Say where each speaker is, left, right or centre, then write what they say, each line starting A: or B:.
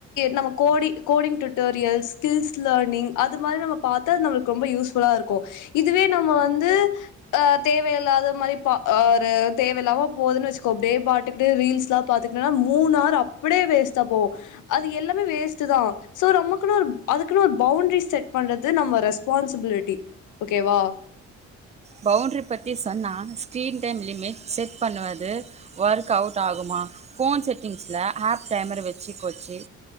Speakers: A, on the left; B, on the right.
A: நம கோடி coding tutorial skills learning அது மாரி நம்ம பாத்தா அ நம்ம ரொம்ப யூஸ்ஃபுல்லா இருக்கு இதுவே நம்ம வந்து அ தேவையில்லாத மாரி பா அ ஒரு தேவையில்லாம போகுதுன்னு வச்சுக்கோ அப்டியே பாட்டுக்கிட்டு ரீல்ஸ்ல்லா பாத்து ன்னா மூணு ஆறு அப்டியே வேஸ்ட்டா போவு அது எல்லாமே வேஸ்ட் தா சோ நமக்குன்னு ஒரு அதுக்குன்னு ஒரு பவுண்ட்ரி செட் பண்ணுறது நம்ம ரெஸ்பான்சிபிலிட்டி ஓகேவா
B: பவுண்ட்ரி பற்றி சொன்னா ஸ்க்ரீன் டைம் லிமிட் செட் பண்ணுவது ஒர்க் அவுட் ஆகுமா ஃபோன் செட்டிங்ஸ்ல ஆப் டைமர வச்சு கொச்சு